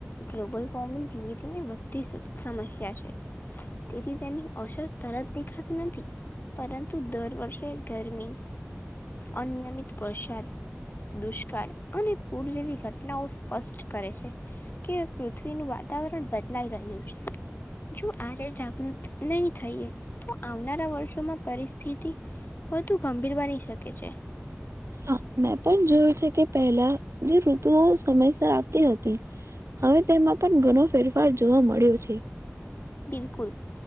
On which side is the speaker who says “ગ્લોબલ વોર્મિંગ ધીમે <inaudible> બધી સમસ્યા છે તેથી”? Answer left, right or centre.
Left